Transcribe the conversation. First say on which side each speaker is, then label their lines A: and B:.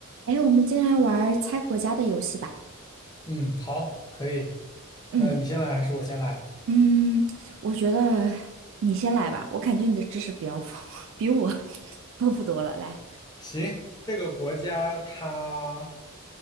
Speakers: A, on the right (about 60°); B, on the left (about 20°).
A: 哎，我们今天来玩儿猜国家的游戏吧。
B: 嗯，好，可以。
A: 嗯
B: 那你先来还是我先来？
A: 嗯，我觉得你先来吧，我感觉你的知识比较丰，<laughs> 比我 <laughs> 丰富多了。来，
B: 行，这个国家它